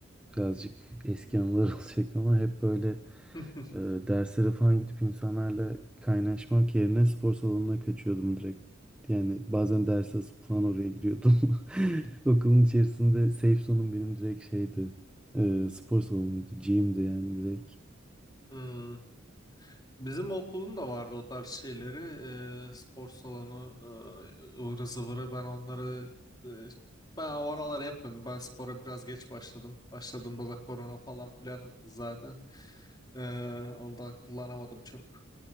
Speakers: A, in the centre; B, on the left.
A: birazcık eski anılar <laughs> olacak ama hep böyle
B: <laughs>
A: e, derslere falan gidip insanlarla kaynaşmak yerine spor salonuna kaçıyordum direkt. Yani bazen ders asıp falan oraya giriyordum. <laughs> Okulun içerisinde safe zone'um benim direkt şeydi. E, spor salonuydu. Gym'di yani direkt.
B: Hmm. Bizim okulun da vardı o tarz şeyleri. Eee, spor salonu, eee, ıvırı zıvırı. Ben onları eee, ben o aralar yapmıyordum. Ben spora biraz geç başladım. Başladığımda da korona falan filandı zaten. Eee, ondan kullanamadım çok.